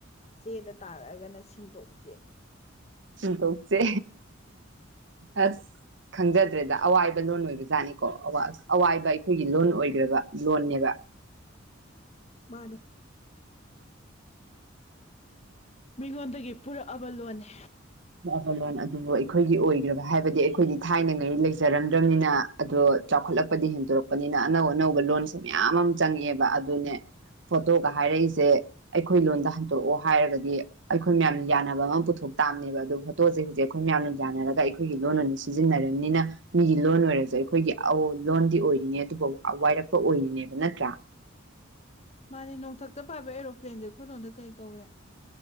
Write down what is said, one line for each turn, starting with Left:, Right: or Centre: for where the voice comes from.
Left: ꯆꯦꯗ ꯇꯥꯔꯛꯑꯒꯅ ꯁꯤꯟꯇꯣꯛꯁꯦ
Right: ꯇꯧꯁꯦ ꯑꯁ ꯈꯪꯖꯗ꯭ꯔꯦꯗ ꯑꯋꯥꯏꯕ ꯂꯣꯟ ꯑꯣꯏꯕꯖꯥꯠꯅꯤꯀꯣ ꯑꯋꯥꯏꯕ ꯑꯩꯈꯣꯏꯒꯤ ꯂꯣꯟ ꯑꯣꯏꯈ꯭ꯔꯕ ꯂꯣꯟꯅꯦꯕ
Left: ꯃꯥꯅꯦ ꯃꯤꯉꯣꯟꯗꯒꯤ ꯄꯨꯔꯛꯑꯕ ꯂꯣꯟꯅꯤ
Right: ꯈꯜꯂꯣꯟ ꯑꯗꯨꯕꯨ ꯑꯩꯈꯣꯏꯒꯤ ꯑꯣꯏꯈ꯭ꯔꯕ ꯍꯥꯏꯕꯗꯤ ꯑꯩꯈꯣꯏꯗꯤ ꯊꯥꯏꯅꯉꯩ ꯂꯩꯖꯔꯝꯗ꯭ꯔꯕꯅꯤꯅ ꯑꯗꯣ ꯆꯥꯎꯈꯠꯂꯛꯄꯗꯤ ꯍꯦꯟꯗꯣꯔꯛꯄꯅꯤꯅ ꯑꯅꯧ ꯑꯅꯧꯕ ꯂꯣꯟꯁꯦ ꯃꯌꯥꯝ ꯑꯃ ꯆꯪꯉꯛꯑꯦꯕ ꯑꯗꯨꯅꯦ ꯐꯣꯇꯣꯒ ꯍꯥꯏꯔꯛꯏꯁꯦ ꯑꯩꯈꯣꯏ ꯂꯣꯟꯗ ꯍꯟꯇꯣꯔꯑꯣ ꯍꯥꯏꯔꯒꯗꯤ ꯑꯩꯈꯣꯏ ꯃꯌꯥꯝꯅ ꯌꯥꯅꯕ ꯑꯃ ꯄꯨꯊꯣꯛ ꯇꯥꯕꯃꯤ ꯑꯗꯨ ꯐꯣꯇꯣꯁꯦ ꯍꯧꯖꯤꯛ ꯑꯩꯈꯣꯏ ꯃꯌꯥꯝꯅ ꯌꯥꯅꯔꯒ ꯑꯩꯈꯣꯏꯒꯤ ꯂꯣꯟ ꯑꯣꯏꯅ ꯁꯤꯖꯤꯟꯅꯔꯕꯅꯤꯅ ꯃꯤꯒꯤ ꯂꯣꯟ ꯑꯣꯏꯔꯁꯨ ꯑꯩꯈꯣꯏꯒꯤ ꯑ ꯂꯣꯟꯗꯤ ꯑꯣꯏꯔꯤꯅꯦ ꯑꯗꯨꯕꯨ ꯋꯥꯏꯔꯛꯄ ꯑꯣꯏꯔꯤꯅꯦꯕ ꯅꯠꯇ꯭ꯔꯥ
Left: ꯃꯥꯅꯦ ꯅꯣꯡꯊꯛꯇ ꯄꯥꯕ ꯑꯦꯔꯣꯄ꯭ꯂꯦꯟꯁꯦ ꯑꯩꯈꯣꯏꯔꯣꯟꯗ ꯀꯩ ꯀꯧꯋꯦ